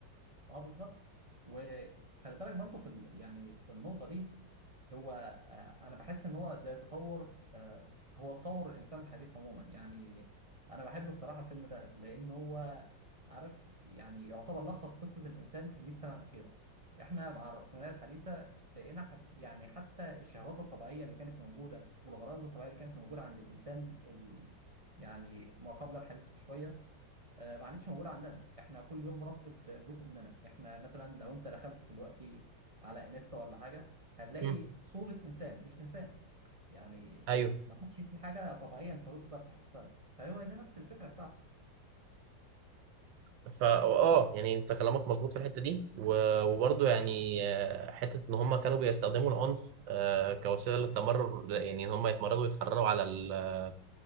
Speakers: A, on the right; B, on the right.
A: اه بالظبط وخلي بالك برضو في ال... يعني في النقطه دي هو آه، انا بحس ان هو زي تطور آه، هو تطور الانسان الحديث عموما يعني انا بحب بصراحه الفيلم ده لان هو عارف يعني يعتبر لخص قصه الانسان في ال 100 سنه الاخيره احنا مع الراسماليه الحديثه بقينا حس... يعني حتى الشهوات الطبيعيه اللي كانت موجوده والغرائز الطبيعيه اللي كانت موجوده عند الانسان ال... يعني ما قبل الحديث بشويه آه، ما عادتش موجوده عندنا احنا كل يوم بنفقد جزء مننا احنا مثلا لو انت دخلت دلوقتي على انستا ولا حاجه هتلاقي
B: مم.
A: صوره انسان مش انسان يعني
B: أيوه
A: ما عادش في حاجه طبيعيه انت تقدر تحسها فهو دي نفس الفكره بتاعته
B: فا اه يعني انت كلامك مظبوط في الحته دي و- وبرضه يعني آه، حته ان هم كانوا بيستخدموا العنف آه، كوسيله للتمرر يعني ان هم يتمردوا ويتحرروا على ال-